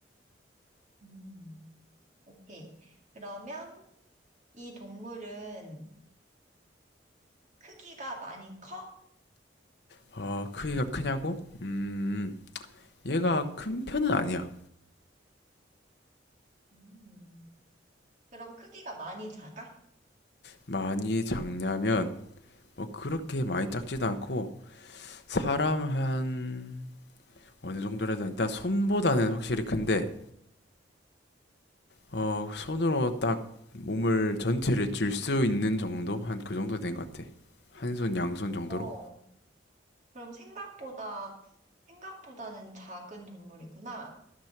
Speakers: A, on the right (about 40°); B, on the left (about 60°).
A: 음, 오케이. 그러면 이 동물은 크기가 많이 커?
B: 어, 크기가 크냐고? 음, 얘가 큰 편은 아니야.
A: 음, 그럼 크기가 많이 작아?
B: 많이 작냐면 뭐 그렇게 많이 작지도 않고 사람 한 어느 정도라 든 일단 손보다는 확실히 큰데 어, 손으로 딱 몸을 전체를 쥘 수 있는 정도? 한 그 정도 된 것 같아. 한 손, 양손 정도로?
A: 어, 그럼 생각보다, 생각보다는 작은 동물이구나.